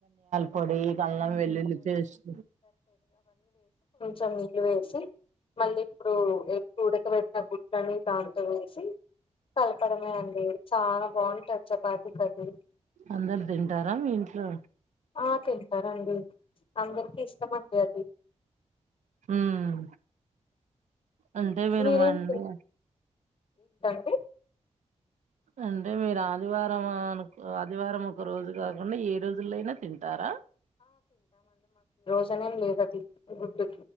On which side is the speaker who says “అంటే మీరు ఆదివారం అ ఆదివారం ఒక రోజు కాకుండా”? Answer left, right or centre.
Right